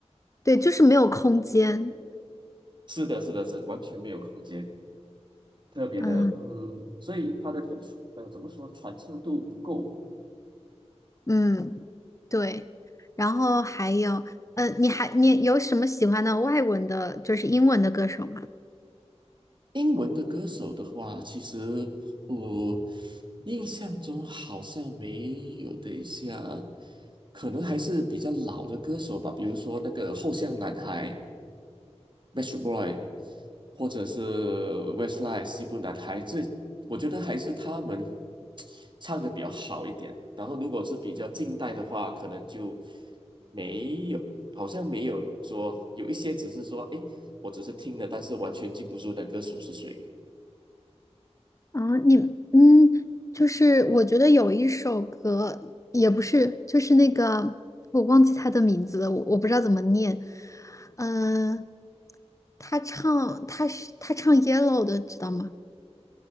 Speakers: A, on the left; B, on the right.
A: 对，就是没有空间。
B: 是的，是的，是完全没有空间，特别的，
A: 嗯。
B: 嗯，所以它的呃怎么说传唱度不够，
A: 嗯，对，然后还有，呃，你还你有什么喜欢的外文的，就是英文的歌手吗？
B: 英文的歌手的话，其实我印象中好像没有。等一下可能还是比较老的歌手吧，比如说那个后巷男孩 m e t r Boy），或者是 Westlife 西部男孩，这我觉得还是他们唱的比较好一点。然后，如果是比较近代的话，可能就没有，好像没有说有一些只是说，诶，我只是听了，但是完全记不住那歌手是谁。
A: 啊，你嗯，就是我觉得有一首歌，也不是，就是那个我忘记他的名字了，我我不知道怎么念，嗯、呃他唱他是他唱《Yellow》的，知道吗？